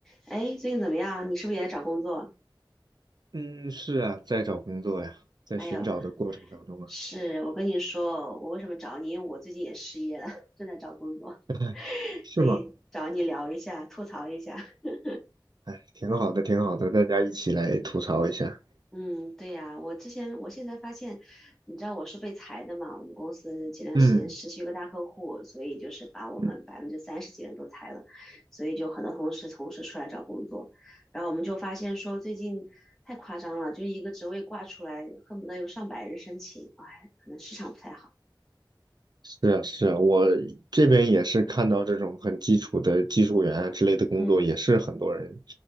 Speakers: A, in the centre; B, on the right.
A: 哎，最近怎么样？你是不是也在找工作？
B: 嗯，是啊，在找工作呀，在寻找的过程当中啊，
A: 哎呦，是我跟你说，我为什么找你？因为我最近也失业了，<laughs> 正在找工作，
B: <laughs>
A: <laughs>
B: 哎是吗？
A: 所以找你聊一下，吐槽一下。<laughs>
B: 哎，挺好的，挺好的，大家一起来吐槽一下。
A: 嗯，对呀，我之前，我现在发现，你知道我是被裁的嘛？我们公司前段时间失去一个大客户，
B: 嗯
A: 所以就是把我们百分之三十几人都裁了，
B: 嗯
A: 所以就很多同事同时出来找工作，然后我们就发现说最近太夸张了，就一个职位挂出来，恨不得有上百人申请，哎，可能市场不太好。
B: 是啊，是啊，我这边也是看到这种很基础的技术员啊之类的工作，
A: 嗯
B: 也是很多人